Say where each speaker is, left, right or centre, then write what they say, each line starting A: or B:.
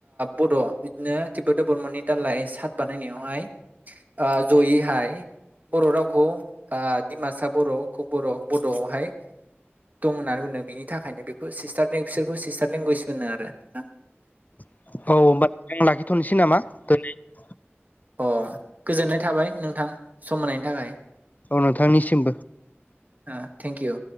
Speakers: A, on the right; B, on the left.
A: बड इदिनो तिब्बेत बर्मननि दालाइ चार्ट बानायनायावहाय ओ जयैहाय बर रावखौ ओ दिमासा बर ककबर बडआवहाय दं होननानै बुंदों बिनि थाखायनो बेखौ सिस्टार बिसोरखौ सिस्टार लेंगुवेज होनो आरो न
B: औ <unintelligible> <unintelligible> नामा दिनै
A: अ गोजोननाय थाबाय नोंथां सम होनायनि थाखाय
B: औ नोंथांनिसिमबो
A: ओ थेंक इउ